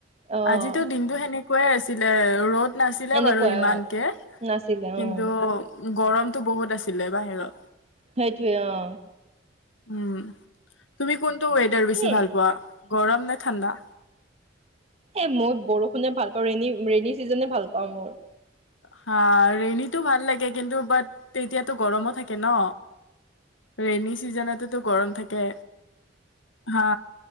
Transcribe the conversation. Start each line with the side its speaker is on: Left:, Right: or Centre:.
Right: অ',
Left: আজিতো দিনতটো সেনে কোৱাই আছিলে ৰ'দ নাছিলে
Right: এনেকুৱাই
Left: বাৰু ইমানকে,
Right: অ', নাছিলে
Left: কিন্তু
Right: অ',
Left: গৰমটো বহুত আছিলে বাহিৰত।
Right: সেইটোৱে অ'।
Left: উম, তুমি কোনটো ৱেডাৰ বেছি
Right: এ
Left: ভাল পোৱা গৰম নে ঠাণ্ডা?
Right: এ মই বৰষুণে ভাল পাওঁ, ৰেনী ৰেইনী চিজনে ভাল পাওঁ মোৰ।
Left: হা ৰেইনীটো ভাল লাগে, কিন্তু বাট তেতিয়াতো গৰমো থাকে ন। ৰেইনী চিজনটো গৰম থাকে, হা।